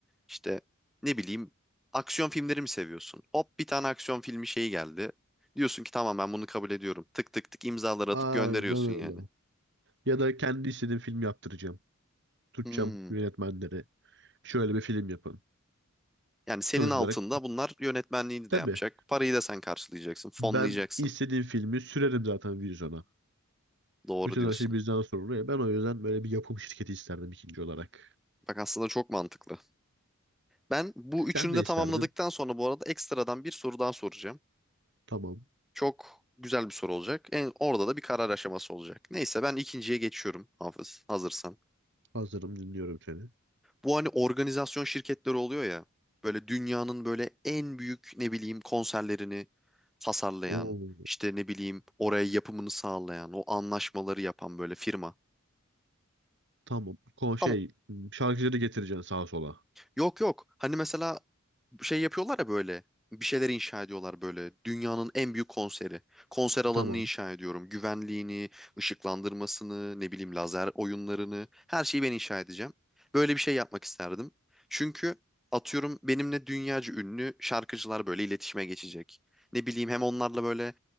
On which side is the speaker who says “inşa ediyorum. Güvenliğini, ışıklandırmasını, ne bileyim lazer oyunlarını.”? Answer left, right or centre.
Centre